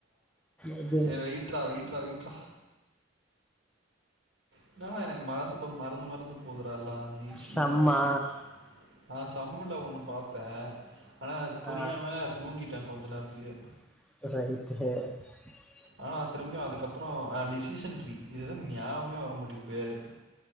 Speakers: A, in the centre; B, on the right.
A: எது
B: ஏ வெய்ட்ரா வெய்ட்ரா வெய்ட்ரா என்னடா எனக்கு மறந்து போ மறந்து மறந்து போதுடா எல்லா திசியாக
A: செம்மா
B: ஆ சம்ள ஒன்னு பாத்தே ஆனா அது புரியாம
A: ஆ
B: தூங்கிட்டே கொஞ்ச நேரத்திலேயே
A: <unintelligible>
B: ஆனா திரும்பியு அதுக்கப்பறொ அ டிசிஷன்ட்ரீ இதுதா நியாபகமே வர மாட்டிக்கு பேரு